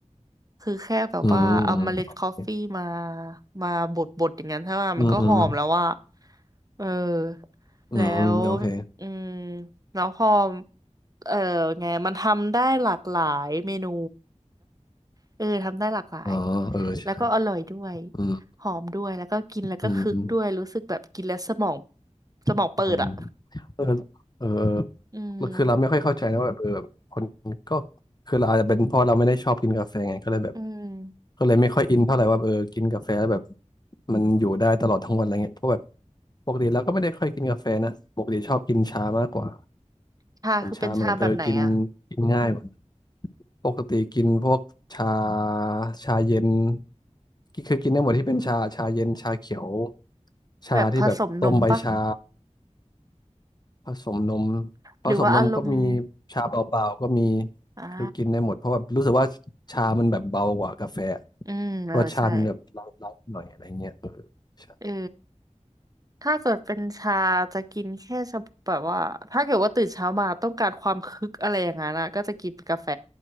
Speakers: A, on the right; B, on the left.
A: คือแค่แบบว่าเอาเมล็ดกาแฟมา
B: อืมอืมโอเค
A: มาบดบดอย่างนั้นใช่ไหมมันก็หอมแล้วว่า
B: อืมอืม
A: เออ
B: อืมโอเค
A: แล้วอืมแล้วพอเออไงมันทำได้หลากหลายเมนู เออทำได้หลากหลาย
B: อ๋อเออใช่
A: แล้วก็อร่อยด้วย
B: อืม
A: หอมด้วยแล้วก็กินแล้วก็คึกด้วยรู้สึกแบบกินแล้วสมอง
B: อืมอืม
A: สมองเปิดอ่ะ
B: อืมอืมเออเออเออ
A: อืม
B: แล้วคือเราไม่ค่อยเข้าใจนะว่าแบบเออแบบคนก็คือเราอาจจะเป็นเพราะเราไม่ได้ชอบกินกาแฟไงก็เลยแบบ
A: อืม
B: ก็เลยไม่ค่อยอินเท่าไหร่ว่าเออกินกาแฟแล้วแบบมันอยู่ได้ตลอดทั้งวันอะไรเงี้ยเพราะแบบปกติเราก็ไม่ได้ค่อยกินกาแฟนะปกติชอบกินชามากกว่า
A: ชาคือเป็นชาแบบไหนอ่ะ
B: มันชามันแบบเออกินกินง่ายกว่า ปกติกินพวกชาชาเย็นกิคือกินได้หมดที่เป็นชาชาเย็นชาเขียวชาที่แบบต้มใบชา
A: แบบผสมนมปะ
B: ผสมนมผสมนมก็มี
A: หรือว่าอารมณ์
B: ชาเปล่าๆก็มี
A: อ่า
B: คือกินได้หมดเพราะว่ารู้สึกว่าชามันแบบเบากว่ากาแฟ
A: อืมเออใช่
B: รสชาติมันแบบไลท์ๆหน่อยอะไรเงี้ยเออใช่
A: เออ ถ้าเกิดเป็นชาจะกินแค่เฉพาะแบบว่าถ้าเกิดว่าตื่นเช้ามาต้องการความคึกอะไรอย่างนั้นนะก็จะกินกาแฟ